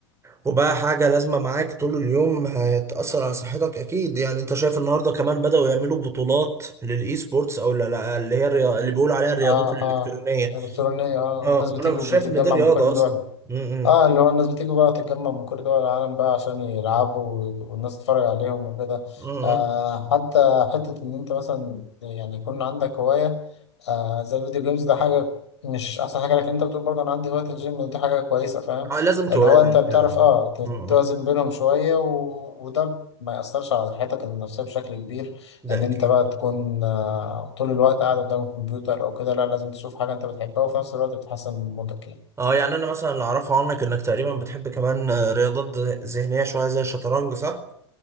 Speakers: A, on the right; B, on the left.
A: وبقى حاجه لازمه معاك طول اليوم هتاثر على صحتك اكيد يعني انت شايف النهارده كمان بداوا يعملوا بطولات للاي سبورتس او لا- لا، اللي هي الريا- اللي بيقولوا عليها الرياضات
B: اه
A: الالكترونيه
B: اه الكترونيه اه الناس
A: اه وانا
B: بتيجي
A: مش
B: وبتتجمع
A: شايف ان دي رياضه
B: من كل دول
A: اصلا امم
B: اه اللي هو الناس بتيجي بقى تتجمع من كل دول العالم بقى عشان يلعبوا ويب- والناس تتفرج عليهم وكده
A: امم
B: آه حتى حتة إن أنت مثلا يعني يكون عندك هواية آه زي الفيديو جيمز ده حاجة مش أحسن حاجة لكن أنت بتقول برضه أنا عندي هواية الجيم دي حاجة كويسة فاهم
A: اه لازم توازن
B: اللي هو أنت بتعرف
A: كده
B: اه
A: اه اه
B: توازن بينهم شوية و... وده ما يأثرش على صحتك النفسية بشكل كبير
A: ده
B: إن أنت
A: اكيد
B: بقى تكون آه طول الوقت قاعد قدام الكمبيوتر أو كده لا لازم تشوف حاجة أنت بتحبها وفي نفس الوقت بتحسن من مودك يعني.
A: اه يعني انا مثلا اللي اعرفه عنك انك تقريبا بتحب كمان آه، رياضات ذهنيه شويه زي الشطرنج صح؟